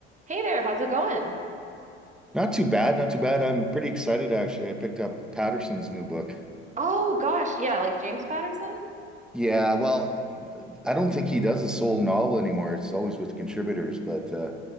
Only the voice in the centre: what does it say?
Not too bad, not too bad. I'm pretty excited actually. I picked up Patterson's new book.
Yeah, well, I don't think he does a sole novel anymore. It's always with contributors, but uh,